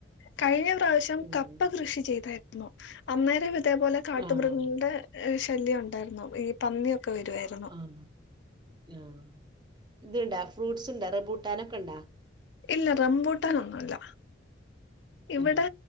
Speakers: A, on the left; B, on the right.
A: കഴിഞ്ഞ പ്രാവശ്യം
B: ഉം
A: കപ്പ കൃഷി ചെയ്തായിരുന്നു അന്നേരം ഇതേപോലെ കാട്ടുമൃഗങ്ങളുടെ
B: ആഹ്
A: ശല്യം ഉണ്ടായിരുന്നു ഈ പന്നിയൊക്കെ വരുവായിരുന്നു
B: ആഹ് ആഹ് ഇത്ണ്ടാ ഫ്രൂട്ട്സ് ഇണ്ടാ റബൂട്ടാനൊക്കെ ഉണ്ടാ
A: ഇല്ല റംബൂട്ടൻന്നുല്ല ഇവിടെ
B: ഉം